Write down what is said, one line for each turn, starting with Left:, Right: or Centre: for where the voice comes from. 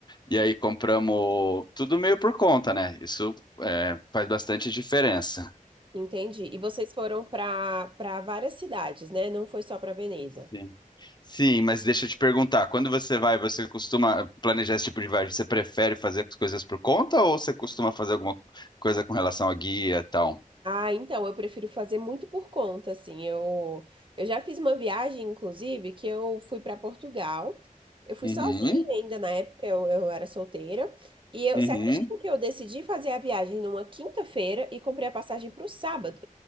Left: E aí compramos tudo meio por conta, né? Isso é, faz bastante diferença.
Right: entendi. E vocês foram para para várias cidades, né? Não foi só para Veneza.
Left: Sim. Sim, mas deixa eu te perguntar, quando você vai, você costuma planejar esse tipo de viagem? Você prefere fazer as coisas por conta ou você costuma fazer alguma coisa com relação a guia e tal?
Right: Ah, então, eu prefiro fazer muito por conta, assim. Eu, eu já fiz uma viagem, inclusive, que eu fui para Portugal. Eu fui
Left: Uhum,
Right: sozinha ainda na época, eu, eu era solteira. E eu,
Left: uhum.
Right: você acredita que eu decidi fazer a viagem numa quinta-feira e comprei a passagem para o sábado?